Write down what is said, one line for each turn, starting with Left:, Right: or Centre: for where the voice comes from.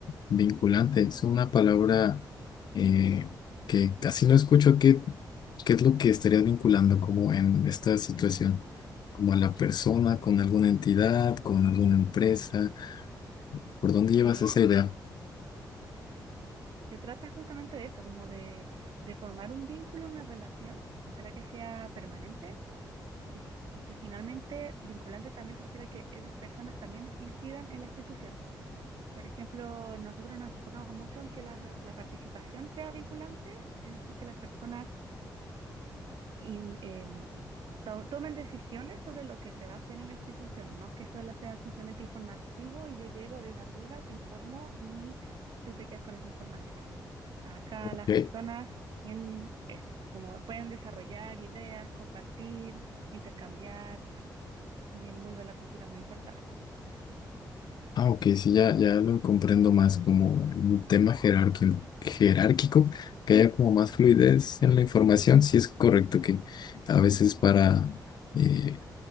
Left: vinculante,
Right: Y,
Left: es una palabra eh, que casi no escucho. ¿Qué, qué es lo que estarías vinculando como en esta situación? ¿Como a la persona, con alguna entidad, con alguna empresa? ¿Por dónde llevas
Right: eh,
Left: esa idea?
Right: se trata justamente de eso, como de, de formar un vínculo, una relación, ojalá que sea permanente y, y que finalmente vinculante también se refiere a que esas personas también incidan en la institución. Por ejemplo, nosotros nos enfocamos mucho en que la, la participación sea vinculante, es decir, que las personas in- em, to- tomen decisiones sobre lo que se va a hacer en la institución, no que solo sea simplemente informativo y yo llego desde arriba, te informo y tú te quedas con esa información. Acá
Left: Ok.
Right: las personas también es como pueden desarrollar ideas, compartir, intercambiar y en el mundo de la cultura es muy importante.
Left: Ah, ok, sí, ya, ya lo comprendo más como en un tema jerárquico, jerárquico, que haya como más fluidez en la información.
Right: Ex-
Left: Sí es correcto que a veces para... eh,